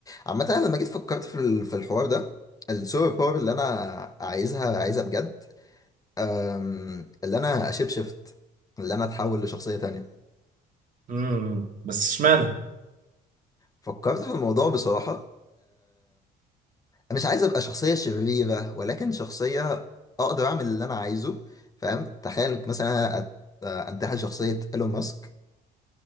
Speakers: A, on the left; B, on the right.
A: عامه انا لما جيت فكرت في ال- في الحوار ده السوبر باور اللي انا عايزها عايزها بجد أم، اللي انا اشيب شيفت اللي انا اتحول لشخصيه تانية
B: امم بس اشمعنى
A: فكرت في الموضوع بصراحه مش عايز ابقى شخصية شريرة ولكن شخصية اقدر اعمل اللي انا عايزه فاهم تخيل مثلا انا أت- انتحل شخصية ايلون ماسك